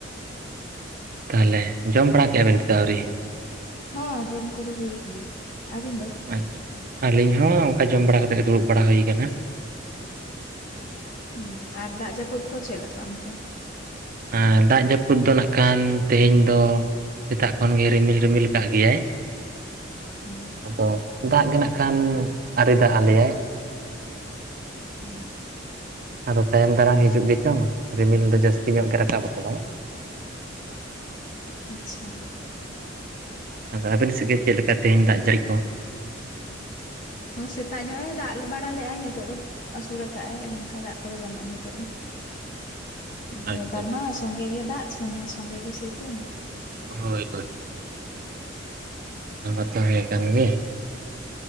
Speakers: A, on the right; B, on the left.
A: ᱛᱟᱦᱚᱞᱮ ᱡᱚᱢ ᱵᱟᱲᱟ ᱠᱮᱫᱼᱟ ᱵᱮᱱ ᱥᱮ ᱟᱹᱣᱨᱤ
B: ᱦᱚᱸ ᱡᱚᱢ ᱠᱚ ᱫᱚ ᱦᱩᱭ ᱠᱟᱱᱟ ᱟᱹᱵᱤᱱ ᱫᱚ
A: ᱟᱪᱷᱟ ᱟᱹᱞᱤᱧ ᱦᱚᱸ ᱚᱱᱠᱟ ᱡᱚᱢ ᱵᱟᱲᱟ ᱠᱟᱛᱮ ᱜᱮ ᱫᱩᱲᱩᱵ ᱵᱟᱲᱟ ᱦᱩᱭ ᱠᱟᱱᱟ
B: ᱩ ᱟᱨ ᱫᱟᱜ ᱡᱟᱹᱯᱩᱫ ᱠᱚ ᱪᱮᱫ ᱞᱮᱠᱟ ᱚᱱᱛᱮ?
A: ᱮ ᱫᱟᱜ ᱡᱟᱹᱯᱩᱫ ᱫᱚ ᱱᱟᱜ ᱠᱷᱟᱱ ᱛᱮᱦᱮᱧ ᱫᱚ ᱥᱮᱛᱟᱜ ᱠᱷᱚᱱ ᱜᱮᱭ ᱨᱤᱢᱤᱞ ᱨᱤᱢᱤᱞ ᱠᱟᱜ ᱜᱮᱭᱟᱭ ᱾
B: ᱚ
A: ᱟᱫᱚ ᱫᱟᱜ ᱜᱮ ᱱᱟᱜ ᱠᱷᱟᱱ, ᱟᱨᱤ ᱫᱟᱜ ᱟᱞᱮᱭᱟᱭ ᱾
B: ᱦᱮᱸ
A: ᱟᱫᱚ ᱛᱟᱭᱚᱢ ᱫᱟᱨᱟᱢ ᱦᱤᱡᱩᱜ ᱜᱮᱪᱚᱝ, ᱨᱤᱢᱤᱞ ᱫᱚ ᱡᱟᱹᱥᱛᱤ ᱧᱚᱜ ᱜᱮ ᱨᱟᱠᱟᱵ ᱠᱟᱫᱟᱭ ᱾
B: ᱟᱪᱪᱷᱟ᱾
A: ᱟᱫᱚ ᱟ. ᱵᱤᱱ ᱥᱮᱫᱜᱮ ᱪᱮᱫ ᱞᱮᱠᱟ ᱛᱮᱦᱮᱧ ᱫᱟᱜ ᱡᱟᱹᱲᱤ ᱠᱚ?
B: ᱦᱚ ᱥᱮᱛᱟᱜ ᱧᱚᱜᱼ ᱮ ᱫᱟᱜ ᱵᱟᱲᱟ ᱞᱮᱫ ᱟ ᱱᱤᱛᱚᱜ ᱫᱚ ᱟᱹᱥᱩᱲ ᱠᱟᱜᱼᱟᱭ ᱚᱱᱠᱟ ᱫᱟᱜ ᱠᱚᱫᱚ ᱵᱟᱹᱱᱩᱜᱼᱟ ᱱᱤᱛᱳᱜ ᱫᱚ ᱾
A: ᱟᱪᱪᱷᱟ
B: ᱱᱮᱛᱟᱨ
A: ᱟᱪᱪᱷᱟ
B: ᱢᱟ ᱥᱚᱸᱜᱮ ᱜᱮ ᱫᱟᱜ ᱥᱚᱸᱜᱮ ᱜᱮ ᱥᱤᱛᱩᱝ ᱾
A: ᱦᱳᱭ ᱦᱳᱭ ᱾ ᱚᱱᱟ ᱢᱟᱛᱚ ᱦᱮᱸ ᱠᱟᱱ ᱜᱮ